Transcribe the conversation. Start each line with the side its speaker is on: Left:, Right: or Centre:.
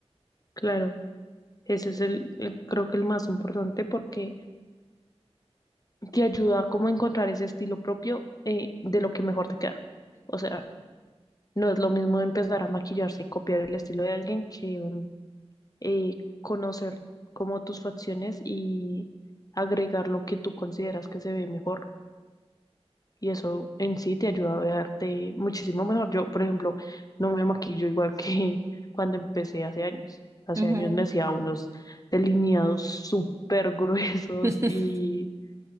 Left: claro. Ese es el, el- creo que el más importante porque te ayuda como a encontrar ese estilo propio eh, de lo que mejor te queda. O sea, no es lo mismo empezar a maquillarse y copiar el estilo de alguien que mm, eh, conocer como tus facciones y agregar lo que tú consideras que se ve mejor. Y eso en sí te ayuda a verte muchísimo mejor. Yo, por ejemplo, no me maquillo igual que <laughs> cuando empecé hace años. Hace
Right: Ujú,
Left: años
Right: ujú.
Left: me hacía unos delineados súper gruesos
Right: <laughs>
Left: y,